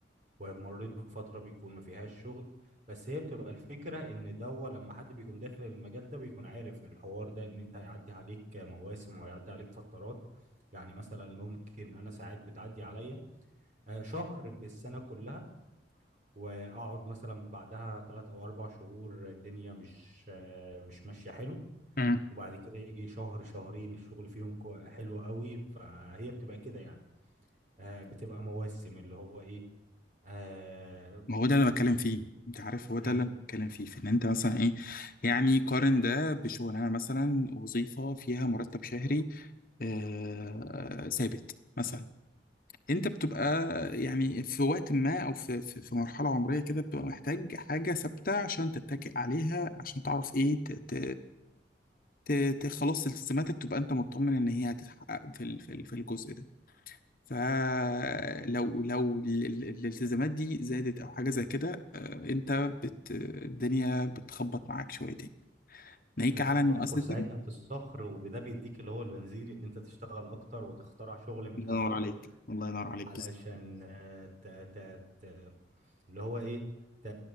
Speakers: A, on the right (about 40°); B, on the left (about 50°).
A: ومريت بفترة بيكون ما فيهاش شغل بس هي بتبقى الفكرة إن دوا لما حد بيكون داخل المجال ده بيكون عارف الحوار ده إن أنت هيعدي عليك مواسم وهيعدي عليك فترات يعني مثلا ممكن أنا ساعات بتعدي عليا آه، شهر بالسنة كلها واقعد مثلا بعدها ثلاث او اربع شهور الدنيا مش آه، مش ماشيه حلو
B: امم
A: وبعد كده يجي شهر شهرين الشغل فيهم كو- حلو قوي فهي بتبقى كده يعني آه، بتبقى مواسم اللي هو ايه آه،
B: ما هو ده اللي انا بتكلم فيه انت عارف هو ده
A: مم.
B: اللي انا بتكلم فيه في ان انت مثلا ايه يعني قارن ده بشغلانه مثلا وظيفه فيها مرتب شهري آه آه، ثابت مثلا انت بتبقى يعني في وقت ما او في في, في مرحله عمريه كده بتبقى محتاج حاجه ثابته عشان تتكئ عليها عشان تعرف ايه ت ت ت ت- خلاص التزاماتك تبقى انت مطمن ان هي هتتحقق في ال- في ال- في الجزء ده فلو لو ال- ال- الالتزامات دي زادت او حاجه زي كده آه، انت بت الدنيا بتخبط معاك شويتين ناهيك
A: بس
B: على
A: بتحفر
B: ان اساسا
A: ساعتها
B: الله
A: في الصخر وده بيديك اللي هو البنزين ان انت تشتغل اكتر وتخترع شغل من
B: ينور
A: الهوا
B: عليك الله ينور عليك
A: علشان
B: بالظبط
A: آه، ت ت ت اللي هو ايه ت